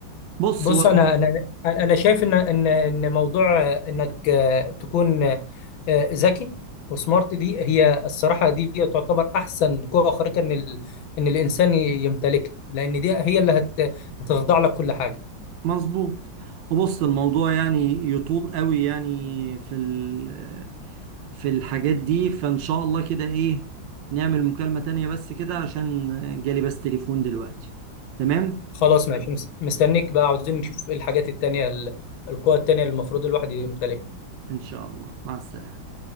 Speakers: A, on the right; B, on the left.
A: بص
B: بص
A: هو المو-
B: انا انا انا شايف ان ان ان موضوع انك تكون آه، ذكي وسمارت دي هي الصراحه دي تعتبر احسن قوه خارقه ان ال... ان الانسان يمتلكها لان دي هي اللي هت... هتخضع لك كل حاجه
A: مظبوط بص الموضوع يعني يطول قوي يعني في ال في الحاجات دي فان شاء الله كده ايه نعمل مكالمه تانية بس كده عشان جالي بس تليفون دلوقتي تمام
B: خلاص ماشي مس- مستنيك بقى عاوزين نشوف إيه الحاجات التانيه ال- القوى التانيه اللي المفروض الواحد يمتلكها
A: ان شاء الله مع السلامه